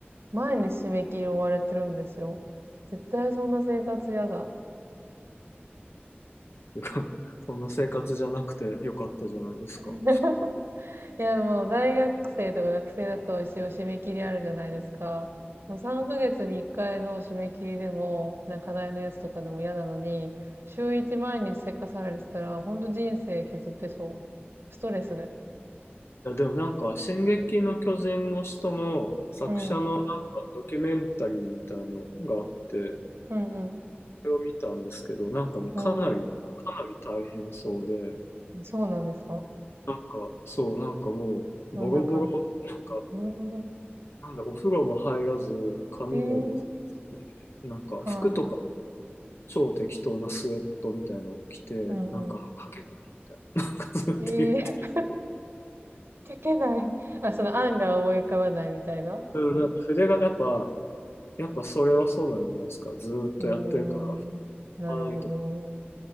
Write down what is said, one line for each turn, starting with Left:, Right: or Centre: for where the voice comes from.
Right: 毎日締め切り追われてるんですよ。絶対そんな生活やだ。
Left: <laughs> そんな生活じゃなくてよかったじゃないですか。
Right: <laughs> いや、でも、大学生とか学生だと一応締め切りあるじゃないですか。もう3ヶ月に1回の締め切りでも、なんか課題のやつとかでも嫌なのに、週1毎日せかされてたら、ほんと人生削ってそう。ストレスで。
Left: いや、でもなんか、進撃の巨人の人の作者のなんかドキュメンタリーみたいのがあって、
Right: うん。うんうん。
Left: れを見たんですけど、なんかもうかなり、
Right: おー、
Left: かなり大変そうで、
Right: そうなんですか
Left: なんか、そう、なんかもう、
Right: そんな感じ。
Left: ボロボロ、なんか、
Right: なるほど。
Left: なんだ、お風呂も入らず、髪もボサボサで、
Right: えー、
Left: なんか、
Right: はい。
Left: 服とか、超適当なスウェットみたいのを着て、
Right: うんうん。
Left: なんか、書けないみたいな、<laughs> なんかずっと言って、
Right: えー、<laughs> 書けない。あ、その案が思い浮かばないみたいな。う
Left: うんなんか筆が、やっぱ、やっぱそれはそうなんじゃないですか。ずーっとやってるから、
Right: ーん。なるほど。
Left: 拭かないとか、